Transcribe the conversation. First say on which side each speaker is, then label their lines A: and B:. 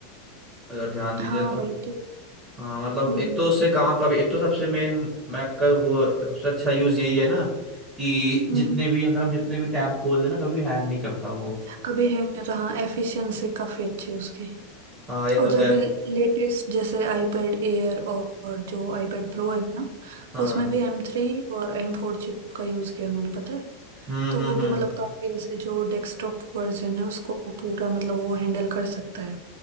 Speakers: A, on the right (about 20°); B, on the right (about 75°).
A: अगर ध्यान दी
B: हाँ
A: जाए तो
B: वही तो
A: हाँ मतलब
B: हम्म
A: एक तो उससे काम का भी एक तो सबसे मेन मैक का वो सबसे अच्छा यूज यही है ना कि
B: हम्म
A: जितने भी अगर हम जितने भी टैब खोल लेना कभी भी हैंग नहीं करता वो
B: कभी हैंग नहीं रहा एफिशिएंसी काफी अच्छी है उसकी
A: हाँ ये तो
B: और जब
A: है
B: लेटेस्ट
A: फिर
B: जैसे iPad एयर और, और जो iPad प्रो है ना
A: हाँ
B: उसमें भी एम थ्री और एम फोर चिप का यूज किया उन्होंने पता है
A: हम्म
B: तो
A: हम्म
B: वो भी
A: हम्म
B: मतलब काफी ऐसे जो डेस्कटॉप वर्जन है उसको पूरा मतलब वो हैंडल कर सकता है